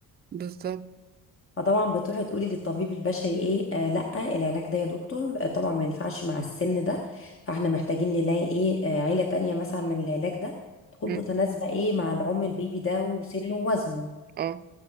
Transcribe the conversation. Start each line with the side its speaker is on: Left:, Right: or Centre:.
Right: بالظبط
Left: فطبعا بتروحي تقولي للطبيب البشري ايه آه لا العلاج ده يا دكتور آه طبعا ما ينفعش مع السن ده فاحنا محتاجين نلاقي ايه آه عيلة تانية مثلا من العلاج ده تكون
Right: مم.
Left: متناسبة ايه مع العمر البيبي ده وسنه ووزنه
Right: اه